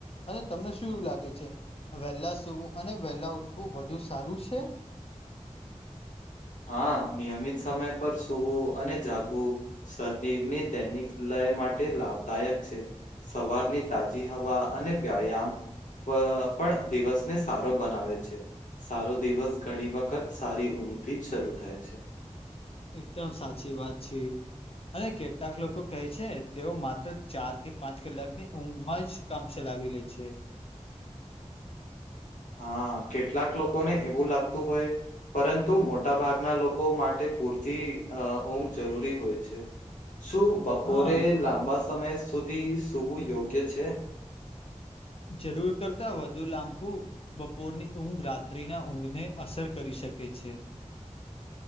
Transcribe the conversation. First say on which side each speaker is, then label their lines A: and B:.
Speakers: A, on the left; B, on the left.
A: અને તમને શું લાગે છે વેહેલા સૂવું અને વેલા ઉઠવું વધુ સારું છે?
B: હા, નિયમિત સમય પર સુવું અને જાગવું શરીરની દૈનિક લય માટે લાભદાયક છે. સવારની તાજી હવા અને વ્યાયામ પ અહ પણ દિવસને સારો બનાવે છે. સારો દિવસ ઘણી વખત સારી ઊંઘથી જ શરૂ થાય છે.
A: એકદમ સાચી વાત છે. અને કેટલાક લોકો કહે તેઓ માત્ર ચાર કે પાંચ કલાકની ઊંઘમાં જ કામ ચલાવી લે છે.
B: હા, કેટલાક લોકો ને એવું લાગતું હોય પરંતુ મોટા ભાગના લોકો માટે પૂરતી અહ ઊંઘ જરૂરી હોય છે. શું બપોરે
A: હા
B: લાંબા સમય સુધી સુવું યોગ્ય છે?
A: જરૂર કરતા વધુ લાંપુ બપોરની ઊંઘ રાત્રિના ઊંઘને અસર કરી શકે છે.